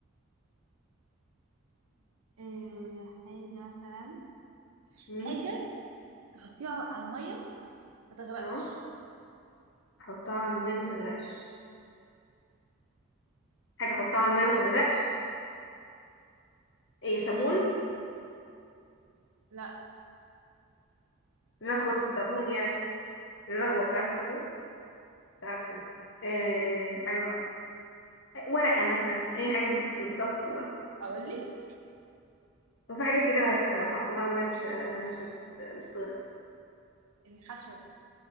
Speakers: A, on the right; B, on the left.
A: إيه حاجة مثلا
B: أمم،
A: حاجة تحطيها على المية ما تغرقش
B: اه احطها على المية ما تغرقش حاجة احطها على المية ما تغرقش ايه صابون
A: مم. لا
B: رغوة الصابون يعني الرغوة بتاعة
A: لا
B: الصابون مش عارفة أنا. إيه حاجة مع... ورقة مثلا أي حاجة بت- بتطفو مثلا
A: أقولك
B: وفي حاجات كتير على فكرة لو حطيناها ما مش مش هت... مش هتغرق
A: الخشب